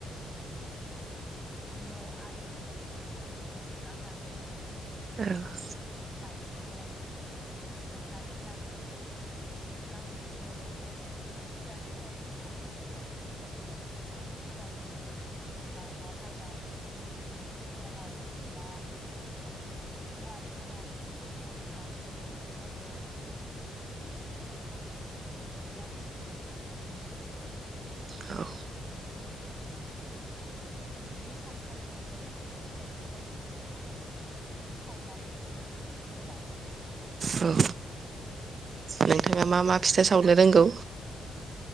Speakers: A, in the centre; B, on the right.
A: न' आरि लिरस्रांनानै।
B: औ
A: ओ माइरं। खौ सोमना दोननानै गासैबो फिथा सौराइफोरखौ सोरान नावबा जायनाव दिंखि दंङ बा उवाल दंङ फोरखौ नायगिरनानै बयबो ज' ज' रंजा खुसियै देयो
B: औ।
A: बिनि बै सानखालिनो हरनिफ्राय फिथा सौराइफोरखौ सावनानै बयबो जायो
B: औ। नोंथाङा मा मा
A: आरो
B: फिथा सावनो रोंगौ